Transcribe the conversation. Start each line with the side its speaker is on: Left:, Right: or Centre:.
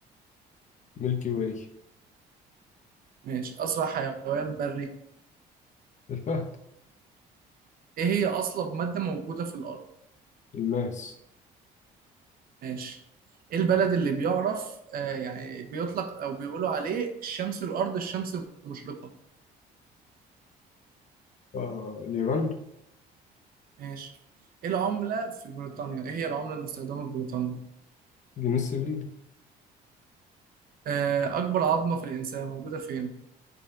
Left: ميلكي واي
Right: ماشي اسرع حيوان بري
Left: الفهد
Right: ايه هي اصلب مادة موجودة في الارض
Left: الماس
Right: ماشي ايه البلد اللي بيعرف آه يعني بيطلق او بيقولوا عليه الشمس الارض الشمس المشرقة
Left: آه اليابان
Right: ماشي ايه العملة في بريطانيا؟ ايه هي العملة المستخدمة في بريطانيا؟
Left: جنيس الليل
Right: آه، أكبر عظمة في الإنسان موجودة فين؟